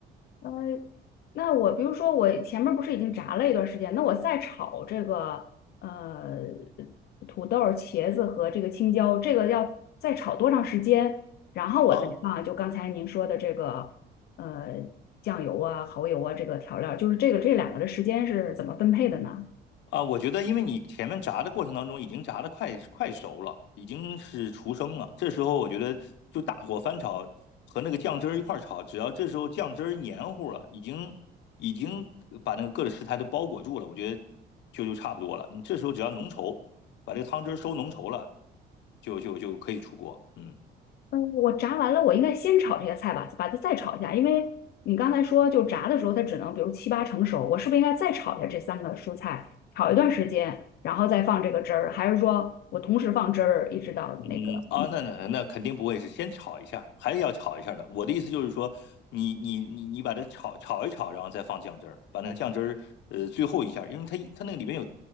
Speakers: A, on the left (about 60°); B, on the left (about 75°).
A: 呃，那我比如说我前面不是已经炸了一段时间，那我再炒这个呃土豆儿茄子和这个青椒，这个要再炒多长时间？然后我再放就刚才您说的这个呃酱油啊、
B: 呃，
A: 蚝油啊这个调料就是这个这两个的时间是怎么分配的呢？
B: 啊，我觉得因为你前面炸的过程当中已经炸的快快熟了，已经是出生了。这时候我觉得就大火翻炒和那个酱汁儿一块儿炒，只要这时候酱汁儿黏糊了，已经已经把那个各个食材都包裹住了，我觉得就就差不多了。你这时候只要浓稠，把这个汤汁儿收浓稠了，就就就可以出锅。嗯。
A: 嗯，我炸完了，我应该先炒这个菜吧，把它再炒一下，因为你刚才说就炸的时候它只能比如七八成熟，我是不是应该再炒一下这三个蔬菜，炒一段时间，然后再放这个汁儿，还是说我同时放汁儿一直到那个那个
B: 嗯，啊，那那那肯定不会是先炒一下，还是要炒一下的。我的意思就是说，你你你你把它炒炒一炒，然后再放酱汁儿，把那酱汁儿呃最后一下，因为它一它那个里面有